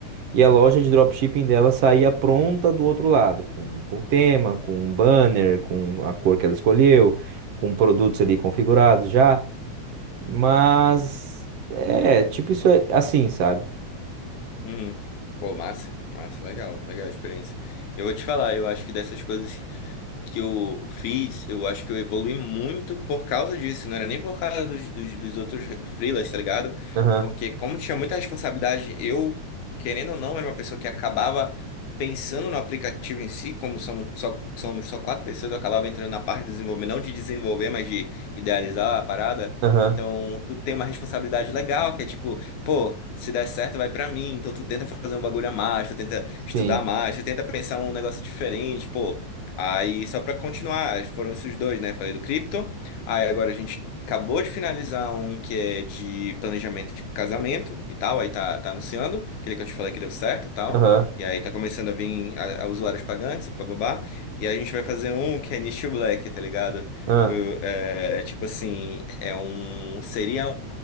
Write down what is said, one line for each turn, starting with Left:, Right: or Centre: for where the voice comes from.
Right: E a loja de dropshipping dela saía pronta do outro lado, com, com o tema, com o banner, com a cor que ela escolheu, com produtos ali configurados já. Mas é, tipo isso é assim, sabe?
Left: Uhum. Pô, massa, massa, legal, legal a experiência. Eu vou te falar, eu acho que dessas coisas que eu fiz, eu acho que eu evolui muito por causa disso. Não era nem por causa dos, dos, dos outros freelas, tá ligado?
Right: Aham,
Left: Porque como tinha muita responsabilidade, eu, querendo ou não, era uma pessoa que acabava pensando no aplicativo em si, como somos só, somos só quatro pessoas, eu acabava entrando na parte de desenvolver, não de desenvolver, mas de idealizar a parada.
Right: aham,
Left: Então, tu tem uma responsabilidade legal, que é tipo, pô, se der certo, vai pra mim. Então, tu tenta fazer um bagulho a mais, tu tenta estudar
Right: sim.
Left: mais, tu tenta pensar um negócio diferente, pô. Aí, só para continuar, foram esses dois, né? Falei do cripto. Aí, agora a gente acabou de finalizar um que é de planejamento de casamento e tal. Aí tá, tá anunciando, aquele que eu te falei que deu certo e tal.
Right: Aham,
Left: E aí tá começando a vir a, a usuários pagantes, bababá. E aí a gente vai fazer um que é nicho black, tá ligado?
Right: aham.
Left: O- É, tipo assim, é um. Seria